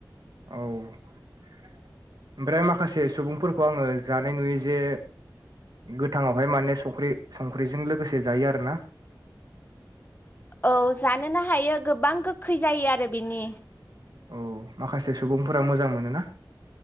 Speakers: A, on the right; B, on the left.
A: औ ओमफ्राय माखासे सुबुंफोरखौ आङो जानाय नुयो जे गोथाङावहाय माने संख्रि संख्रिजों लोगोसे जायो आरोना।
B: औ जानोनो हायो गोबां गोखै जायो आरो बिनि
A: औ माखासे सुबुंफोरा मोजां मोनो ना?